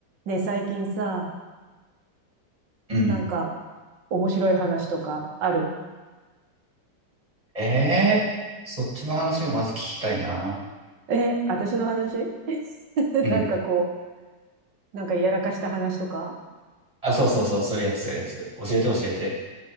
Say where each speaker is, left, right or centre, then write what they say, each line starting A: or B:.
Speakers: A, on the right; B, on the right.
A: ねえ、最近さ、
B: うん。
A: なんか面白い話とかある
B: ええーそっちの話がまず聞きたいな。
A: え、私の話 <laughs>
B: うん。
A: なんかこう、なんかやらかした話とか
B: あ、そうそうそう、そういうやつ、そういうやつ。教えて教えて。